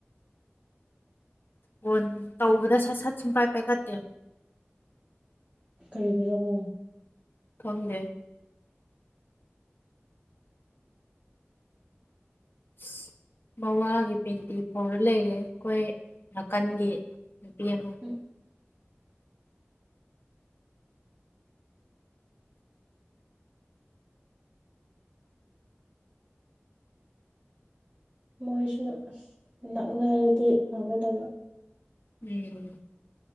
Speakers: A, on the left; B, on the right.
A: ꯀꯣꯟ ꯇꯧꯕꯗ ꯁꯠ ꯁꯠ ꯁꯨꯡꯄꯥꯏ ꯄꯥꯏꯈꯠꯇꯦ
B: ꯀꯔꯤꯒꯤꯔꯕꯣ
A: ꯈꯪꯗꯦ ꯑꯁ ꯃꯋꯥꯒꯤ ꯄꯦꯟꯇꯤ ꯐꯥꯎꯔ ꯂꯩꯔꯦ ꯈꯣꯏ ꯅꯀꯟꯒꯤ ꯅꯨꯄꯤ ꯑꯃꯨꯛ
B: ꯎꯝ ꯃꯣꯏꯁꯨ ꯑꯁ ꯅꯛꯅꯔꯗꯤ ꯐꯒꯗꯕ
A: ꯎꯝ